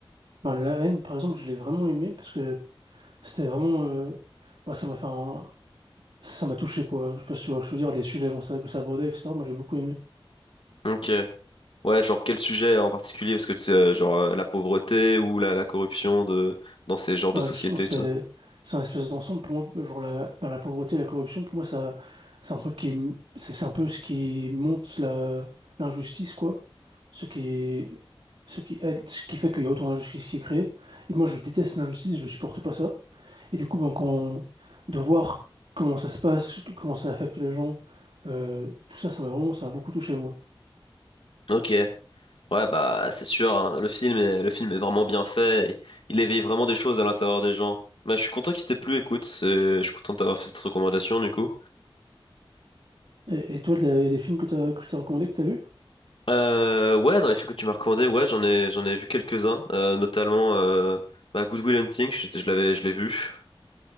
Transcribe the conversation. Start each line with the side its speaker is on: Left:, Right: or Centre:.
Right: Ben, la haine, par exemple, je l'ai vraiment aimé parce que c'était vraiment. euh, bah, ça m'a fait un- Ça m'a touché, quoi. Je sais pas si tu vois ce que je veux dire, les sujets dont ça, que ça abordait, etc. Moi, j'ai beaucoup aimé.
Left: Ok. Ouais, genre quel sujet en particulier? Parce que tu sais, euh, genre euh, la pauvreté ou la, la corruption de dans ces genres
Right: Ben,
Left: de sociétés
Right: justement, c'est
Left: et tout.
Right: c'est un espèce d'ensemble. Pour moi, genre la, ben, la pauvreté, la corruption, pour moi, ça, c'est un truc qui. m- C'est c'est un peu ce qui monte la l'injustice, quoi. Ce qui. Ce qui aide, ce qui fait qu'il y a autant d'injustice qui est créée. Et moi, je déteste l'injustice, je ne supporte pas ça. Et du coup, ben, quand, de voir comment ça se passe, comment ça affecte les gens, euh, tout ça, ça m'a vraiment, ça m'a beaucoup touché, moi.
Left: Ok, ouais bah c'est sûr, hein. Le film est, le film est vraiment bien fait, il, il éveille vraiment des choses à l'intérieur des gens. Bah je suis content qu'il t'ait plu, écoute, c'est- je suis content d'avoir fait cette recommandation du coup.
Right: Et, et toi, il y a des films que t'as, que je t'ai recommandé, que t'as vu?
Left: Euh, ouais, dans les films que tu m'as recommandé, ouais j'en ai j'en ai vu quelques-uns, euh, notamment euh, bah, Good Will Hunting, je, je l'avais je l'ai vu.